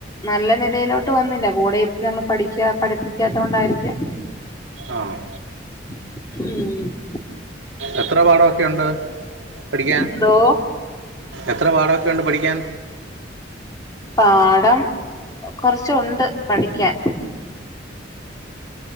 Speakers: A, on the left; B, on the right.
A: നല്ല നെലയിലോട്ട് വന്നില്ല. കൂടെയിരുത്തി നമ്മള് പഠിക്കാ പഠിപ്പിക്കാത്തോണ്ടായിരിക്കാം.
B: ആഹ്
A: ഉം
B: എത്ര പാഠൊക്കെണ്ട് പഠിക്കാൻ
A: എന്തോ
B: എത്ര പാഠൊക്കെണ്ട് പഠിക്കാൻ.
A: പാഠം കൊറച്ചുണ്ട് പഠിക്കാൻ.